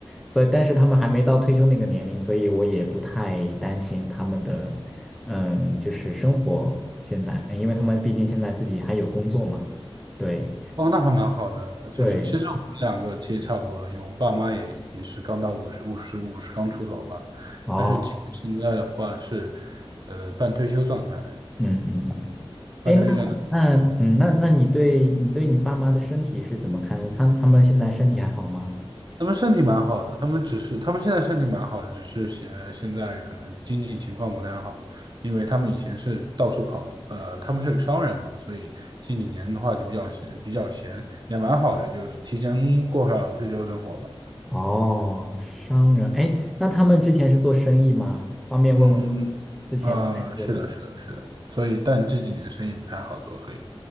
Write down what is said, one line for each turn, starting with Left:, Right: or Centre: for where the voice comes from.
Centre: 所以但是他们还没到退休那个年龄，所以我也不太担心他们的嗯就是生活现在，因为他们毕竟现在自己还有工作嘛，对。
Right: 哦，那还蛮好的，就是其实我们两个其实差不多了，
Centre: 对，
Right: 因为我爸妈也也是刚到五十五十五十刚出头吧，
Centre: 哦，
Right: 但是基本现在的话是，呃，半退休状态，
Centre: 嗯嗯嗯，
Right: 半退休状态，
Centre: 哎，那那嗯，那那你对你对你爸妈的身体是怎么看的？他他们现在身体还好吗？
Right: 他们身体蛮好的，他们只是他们现在身体蛮好的，只是现现在可能经济情况不太好，因为他们以前是到处跑，呃，他们是个商人嘛，所以近几年的话就比较闲比较闲，也蛮好的，就是提前过上退休生活吧。
Centre: 哦，商人，哎，那他们之前是做生意吗？方便问问他们之前在做哪个？
Right: 嗯，呃，是的，是的，
Centre: 嗯
Right: 是的，所以，但这几年生意不太好做，所以